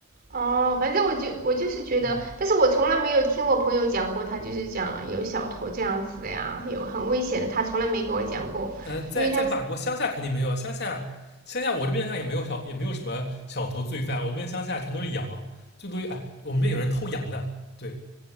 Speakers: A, on the right (about 50°); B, on the left (about 55°).
A: 哦，反正我就我就是觉得，
B: 嗯
A: 但是我从来没有听我朋友讲过，他就是讲有小偷这样子的呀，有很危险的，他从来没给我讲过，
B: 嗯，在在法国乡下肯定没有，
A: 因为他是
B: 乡下乡下我这边上也没有小也没有什么小偷罪犯，我这边乡下全都是羊，最多哎，我们这边有人偷羊的，对，